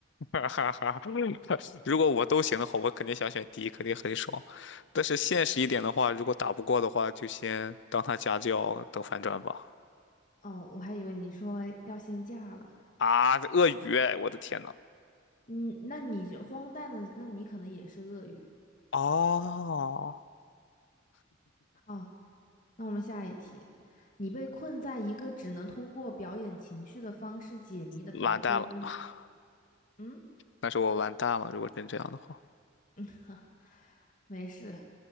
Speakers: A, on the left; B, on the left.
A: 哈哈哈！如果我都行的话，我肯定想选 D，肯定很爽。但是现实一点的话，如果打不过的话，就先当他家教，等反转吧。
B: 哦，我还以为你说要先嫁了，
A: 啊，鳄鱼哎我的天呐！
B: 嗯，那你荒诞的，那你可能也是鳄鱼。
A: 哦
B: 哦，那我们下一题，你被困在一个只能通过表演情绪的方式解谜的逃脱屋。
A: 完蛋了，<laughs>
B: 嗯，
A: 但是我完蛋了，如果真这样的话，
B: 哼 <laughs> 没事，